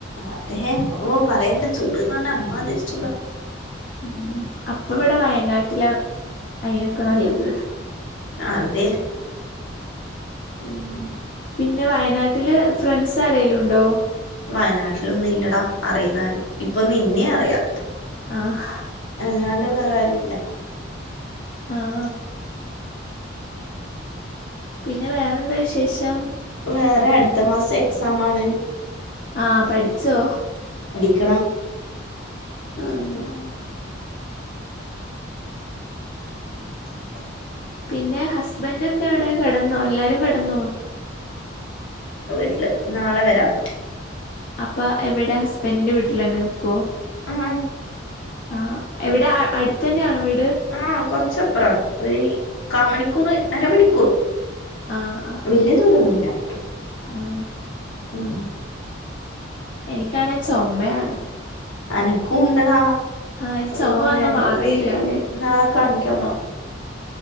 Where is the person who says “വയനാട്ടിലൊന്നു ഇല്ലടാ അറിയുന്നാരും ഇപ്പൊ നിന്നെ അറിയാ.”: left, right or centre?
Left